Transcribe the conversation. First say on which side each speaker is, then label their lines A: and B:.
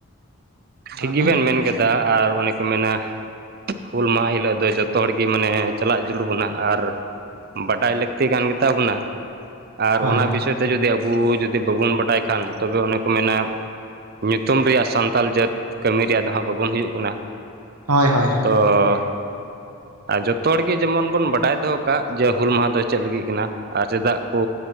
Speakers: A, on the right; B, on the right.
A: ᱚᱱᱟᱜᱮ
B: ᱴᱷᱤᱠ ᱜᱮᱵᱮᱱ ᱢᱮᱱ ᱠᱮᱫᱟ ᱟᱨ ᱚᱱᱮ ᱠᱚ ᱢᱮᱱᱟ ᱦᱩᱞ ᱢᱟᱦᱟ ᱦᱤᱞᱳᱜ ᱫᱚ ᱡᱚᱛᱚ ᱦᱚᱲᱜᱮ ᱢᱟᱱᱮ ᱪᱟᱞᱟᱜ ᱡᱟᱹᱨᱩᱲ ᱵᱚᱱᱟ ᱟᱨ ᱵᱟᱰᱟᱭ ᱞᱟᱹᱠᱛᱤ ᱠᱟᱱ ᱜᱮᱛᱟ ᱵᱚᱱᱟ᱾ ᱟᱨ
A: ᱦᱳᱭ
B: ᱚᱱᱟ ᱵᱤᱥᱚᱭ ᱛᱮ ᱡᱩᱫᱤ ᱟᱵᱚ ᱡᱩᱫᱤ ᱵᱟᱵᱚᱱ ᱵᱟᱰᱟᱭ ᱠᱷᱟᱱ ᱛᱚᱵᱮ ᱚᱱᱮ ᱠᱚ ᱢᱮᱱᱟ᱾ ᱧᱩᱛᱩᱢ ᱨᱮᱭᱟᱜ ᱥᱟᱱᱛᱟᱲ ᱡᱟᱹᱛ ᱠᱟᱹᱢᱤ ᱨᱮᱭᱟᱜ ᱫᱚ ᱦᱟᱸᱜ ᱵᱟᱵᱚᱱ ᱦᱩᱭᱩᱜ ᱠᱟᱱᱟ᱾
A: ᱳᱭ ᱦᱳᱭ
B: ᱛᱚ ᱟᱨ ᱡᱚᱛᱚ ᱦᱚᱲᱜᱮ ᱡᱮᱢᱚᱱ ᱵᱚᱱ ᱵᱟᱰᱟᱭ ᱫᱚᱦᱚ ᱠᱟᱜ ᱡᱮ ᱦᱩᱞ ᱢᱟᱦᱟ ᱫᱚ ᱪᱮᱫ ᱞᱟᱹᱜᱤᱫ ᱠᱟᱱᱟ ᱟᱨ ᱪᱮᱫᱟᱜ᱾ ᱠᱚ